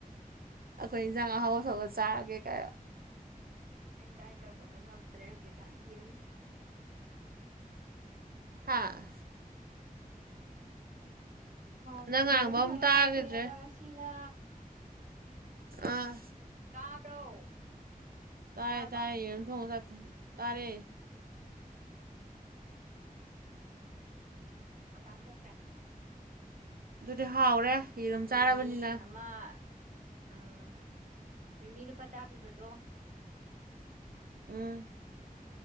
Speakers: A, on the right; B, on the right.
A: ꯑꯈꯣꯏ ꯏꯟꯁꯥꯡ ꯑꯍꯥꯎꯕ ꯊꯣꯡꯉ ꯆꯔꯒꯦ ꯀꯩꯅꯣ
B: ꯑꯩ ꯗꯥꯏꯠ ꯇꯧꯕꯒ ꯉꯝꯗ꯭ꯔꯦ ꯍꯧꯖꯤꯛꯀꯥꯟ ꯌꯦꯔꯨꯝꯊꯨ
A: ꯍꯥꯥ
B: ꯑꯥꯝ
A: ꯅꯪ ꯉꯥꯡꯕ
B: ꯌꯦꯔꯨꯝ ꯊꯣꯡꯉ
A: ꯑꯃ ꯇꯥꯈꯤꯗ꯭ꯔꯦ
B: ꯆꯥꯊꯣꯛꯑꯦꯕ ꯉꯁꯤꯅ
A: ꯑꯥ
B: ꯇꯥꯕ꯭ꯔꯣ
A: ꯇꯥꯏ
B: ꯇꯥꯔꯕꯣ
A: ꯇꯥꯏ ꯌꯦꯔꯨꯝ ꯊꯣꯡꯉ ꯆꯥꯊꯣꯛ ꯇꯥꯔꯦ
B: ꯆꯥꯥꯊꯣꯛꯈ꯭ꯔꯦ
A: ꯑꯗꯨꯗꯤ ꯍꯥꯎꯔꯦ ꯌꯦꯔꯨꯝ ꯆꯥꯔꯕꯅꯤꯅ
B: ꯃꯤꯃꯤ ꯑꯃ ꯎꯝ ꯃꯤꯃꯤ ꯂꯨꯄꯥ ꯇꯥꯔꯥ ꯄꯤꯕꯗꯣ
A: ꯎꯝ